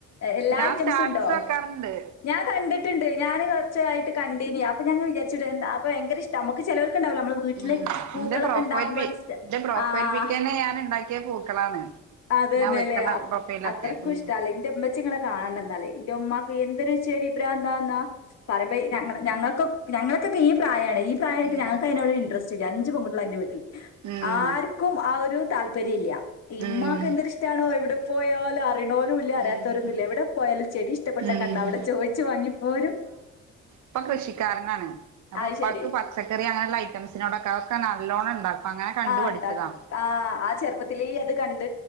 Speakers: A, on the left; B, on the right.
A: എല്ലാ
B: ഞാൻ
A: ഐറ്റംസും
B: സ്റ്റാറ്റസ്
A: ഉണ്ടോ
B: വെക്കാറുണ്ട്
A: ഞാൻ കണ്ടിട്ടുണ്ട് ഞാൻ കുറച്ചായിട്ട് കണ്ടി അപ്പൊ ഞാൻ വിചാരിച്ചുട്ട് എന്താ ഭയങ്ക ഇഷ് നമുക്ക് ചെലവർക്കണ്ടാവല്ലോ നമ്മള് വീട്ടില്
B: ഉം
A: പൂക്കളൊക്കെ
B: എന്റെ പ്രൊഫൈൽ
A: ഉണ്ടാവുമ്പോ
B: പി
A: അത് ച്ച്ട്ട്
B: എന്റെ പ്രൊഫൈൽ
A: ആ ആ
B: പിക്കന്നെ
A: ആ
B: ഞാൻ ഇണ്ടാക്കിയ പൂക്കളാണ്.
A: അത് തന്നെ
B: ഞാൻ വെക്കുന്ന
A: അല്ലേ
B: പ്രൊഫൈലൊക്കെ
A: അത്രയ്ക്കും
B: ഉം
A: ഇഷ്ടല്ലെ എന്റെ ഉമ്മച്ചി ഇങ്ങളെ കാണണംന്നാല് എന്റെ ഉമാക്ക് എന്തര് ഇഷ് ചെടി ഭ്രാന്ത് ന്താന്നാ പറയമ്പ ഞ ഞങ്ങൾക്ക ഞങ്ങൾക്കൊക്കെ ഈ പ്രായ--ണ് ഈ പ്രായമായിട്ട്
B: ഉം
A: ഞങ്ങൾക്ക് അതിനോട് ഇൻട്രസ്റ്റ്ല്ല അഞ്ച് പെൺകുട്ടിള ന്റെ വീട്ടില്
B: ഉം
A: ആർക്കും ആ ഒരു താല്പര്യം ഇല്യ ഇമ്മാക്ക്
B: ഉം
A: എന്തൊരു ഇഷ്ട്ടാണോ എവിടെ പോയാലു അറിണോലും ഇല്ല അറിയാത്തവരൊന്നുമില്ല
B: ഉം ഉം
A: എവിടെ പോയാലും ചെടി ഇഷ്ടപ്പെട്ട
B: ഉം
A: കണ്ട അവിടെ ചോയിച്ചു വാങ്ങിപ്പോരും.
B: ഉപ്പ കൃഷിക്കാരനാണ് അപ്പൊ
A: അത്
B: ഉപ്പക്ക്
A: ശരി
B: പച്ചക്കറി അങ്ങനെയുള്ള ഐറ്റംസിനോടൊക്കെ നല്ലോണം ഉണ്ടാക്കും. അങ്ങനെ കണ്ടു
A: ആ
B: പഠിച്ചതാ
A: ഉണ്ടാക്ക ആ ആ ചെറുപ്പത്തിലെ അത് കണ്ട ണ്ട്